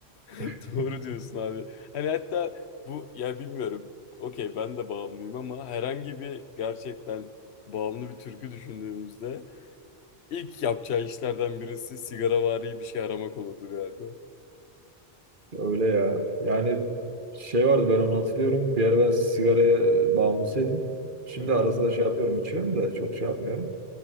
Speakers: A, on the left (about 70°); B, on the right (about 50°).
A: <laughs>
B: <laughs>
A: Doğru diyorsun abi. Hani hatta bu ya bilmiyorum. Okey ben de bağımlıyım ama herhangi bir gerçekten bağımlı bir türkü düşündüğümüzde ilk yapacağı işlerden birisi sigaravari bir şey aramak olurdu galiba.
B: Öyle ya. Yani şey vardı ben onu hatırlıyorum. Bir ara ben sigaraya bağımlısıydım. Şimdi
A: Hı hı.
B: ara sıra şey yapıyorum içiyorum da çok şey yapmıyorum.